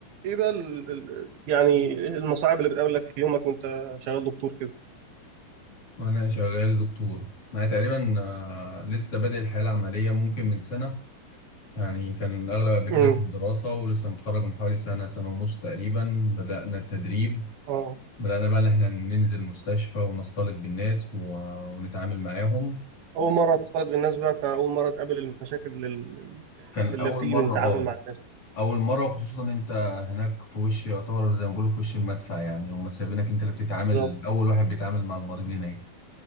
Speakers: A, on the right; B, on the left.
A: ايه بقى ال... ال... يعني المصاعب اللي بتقابلك في يومك وانت شغال دكتور كده
B: وانا شغال دكتور انا تقريبا آه، لسه بادئ الحياه العمليه ممكن من سنه يعني كان الاغلب قبل كده
A: امم
B: كانت دراسه ولسه متخرج من حوالي سنه سنه ونص تقريبا بدانا التدريب
A: اه
B: بدانا بقى ان احنا ننزل مستشفى ونختلط بالناس و- ونتعامل معاهم
A: اول مره تختلط بالناس بقى فاول مره تقابل المشاكل ال-
B: كان اول
A: اللي بتيجي
B: مره
A: من التعامل
B: اه
A: مع الناس
B: اول مره وخصوصا انت هناك في وش يعتبر زي ما بيقولوا في وش المدفع يعني هم سايبينك انت اللي بتتعامل
A: بالظبط
B: اول واحد بيتعامل مع المريض هناك